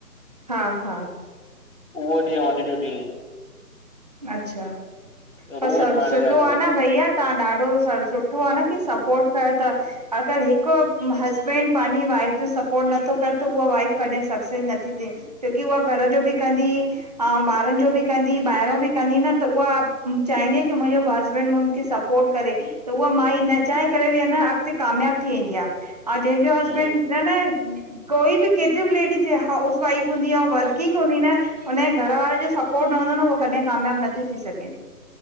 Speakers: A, on the right (about 25°); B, on the left (about 50°).
A: हा, हा
B: उहो ॾींहुं और अज् ॼो ॾींहुं।
A: अच्छा,
B: त
A: पर
B: रोज़
A: सभ
B: मां
A: सुठो
B: हिन जा
A: आहे
B: जो
A: न भईया। तव्हां ॾाढो सुठो आहे न कि सपोर्ट कयो था। अगर हिक हसबैंड पांजी वाइफ जो सपोट नथो करे त उहा वाइफ कॾहिं सक्सेस नथी थे। छोकी उहा घर जो बि कंदी अऊं ॿारनि जो भी कंदी ॿाहिरो बि कंदी न त उहा चाहिंदी आ कि हुनजो हसबैंड हुनखे सपोट करे त उहा माई न चाए करे वियना अॻिते कामयाबु थी वेंदी आ एं जंहिंजो हसबैंड
B: हम्म
A: न न कोई बि केतिरी बि लेडीज हुजे हाउस वाइफ हूंदी आ वर्किंग हूंदी न हुन जे घर वारे जो सपोर्ट हूंदो न उहो कॾहिं कामयाबु नथी थी सघे